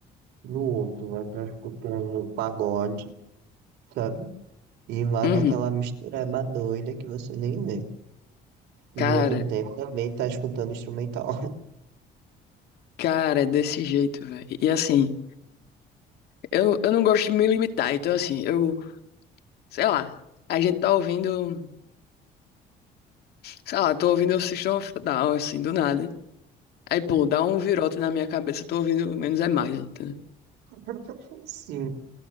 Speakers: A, on the right; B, on the left.
A: no outro vai estar escutando pagode, sabe? E vai
B: Uhum.
A: naquela mistureba doida que você nem vê.
B: Cara,
A: E no outro tempo também tá escutando instrumental.
B: cara, é desse jeito, velho. E assim, eu, eu não gosto de me limitar, então assim, eu, sei lá, a gente tá ouvindo, sei lá, tô ouvindo o System of a Down, assim, do nada. Aí, pô, dá um virote na minha cabeça, eu tô ouvindo menos é mais, entendeu?
A: <laughs> Sim,